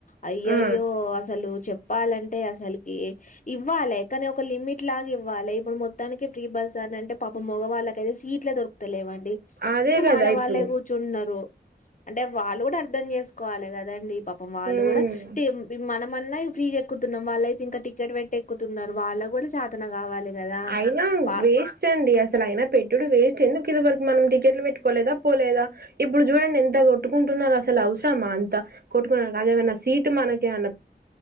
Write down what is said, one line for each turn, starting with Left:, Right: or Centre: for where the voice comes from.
Left: అయ్య
Right: ఆ
Left: అయ్యో అసలు చెప్ చెప్పాలంటే అసలుకి ఇవ్వాలి. కానీ ఒక లిమిట్ లాగా ఇవ్వాలి. ఇప్పుడు మొత్తానికి ఫ్రీ బస్ అంటే పాప మగవాళ్ళకయితే సీట్లే దొరుకుతలేవ. మొత్తం
Right: అదే కదా
Left: మా
Right: ఇప్పుడు
Left: వాళ్ళే కూర్చుంటన్నారు. అంటే వాళ్ళు కూడా అర్థం చేసుకోవాలి కదండి. ఈ ప వాళ్ళు
Right: మ్మ్
Left: కూడా తె మనం మన్న ఫ్రీగా ఎక్కుతున్నాం వాళ్ళయితే ఇంకా టికెట్ పెట్టి ఎక్కుతున్నారు. వాళ్ళ కూడా జాతన కావాలి. కదా
Right: అయినా
Left: వా
Right: వేస్ట్ అండి అసలు, అయినా పెట్టుడు వేస్ట్ ఎందు ఇదివరకు మనం టికెట్లు పెట్టుకోలేదా, పోలేదా ఇప్పుడు చూడండి. ఎంత కొట్టుకుంటున్నారు. అసలు అవసరమా అంతా కొట్టుకు అదేమన్నా సీట్ మనక ఏమన్నా